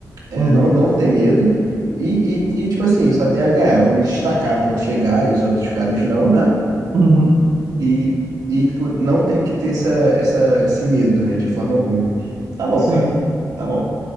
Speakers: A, on the right; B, on the right.
A: É,
B: Uhum,
A: não, não ter medo. E, e, e, tipo assim, só tem a ganhar. Eu vou me destacar por chegar e os outros caras não, né?
B: uhum,
A: E, e tipo, não tem que ter essa, essa, esse medo, né? De forma alguma. Tá bom,
B: sim.
A: cara. Tá bom.